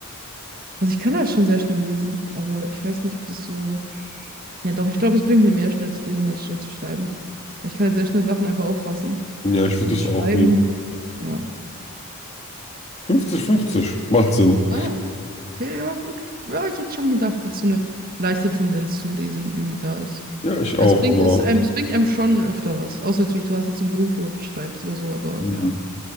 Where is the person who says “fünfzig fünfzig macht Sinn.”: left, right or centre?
Left